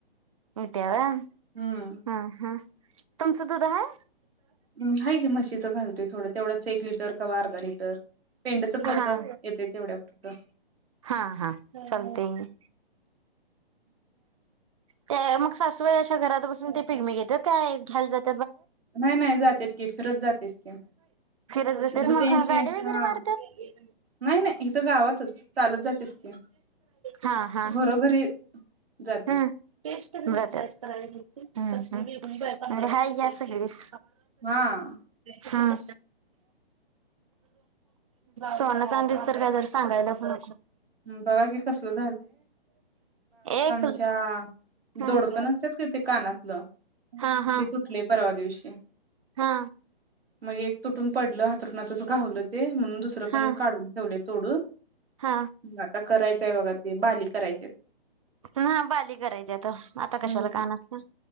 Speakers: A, on the right (about 35°); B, on the right (about 80°).
A: इत्या व्हय?
B: हम्म
A: ह्म्म हम्म! तुमचं दुध हाय?
B: ह्म्म हाय की म्हशीचं घाल ते थोडं तेवढंच एक लिटर कवा अर्धा लिटर पेंडचं पोत
A: हां
B: येते तेवढ्या पुरतं
A: हां हां! चालतंय. त्या मग सासूवाई अशा घरात बसून ते पिगमी घेतात काय घ्यायला जात-
B: नाय नाय जातेत की, फिरत जातेत. की.
A: फिरत जात्यात
B: म्हणजे
A: मग
B: त्यांची
A: काय गाडी वगैरे
B: हा
A: मारत्यात?
B: नाही नाही इथं गावातच चालत जातेत की
A: हां हां!
B: घरोघरी जातात
A: ह्म्म जात्यात. हम्म ह्म्म हाय घ्या सगळीच
B: हा
A: हा. सोनं चांदीच तर काय दर सांगायलाच नाय
B: बघा की कसलं
A: एक
B: अच्छा
A: हा
B: दोडकं नसत्यात का ते कानातलं
A: हा हा
B: ते तुटलय परवा- दिवशी.
A: हा!
B: मग एक तुटून पडलं, हातरुणातचं घावलं ते म्हणून दुसर पण
A: हा
B: काढून ठेवलंय तोडून
A: हा
B: आता करायचय बघा ते बाली कराय तेत
A: हा बाली करायच्या. आता कशाला
B: हम्म
A: कानातलं?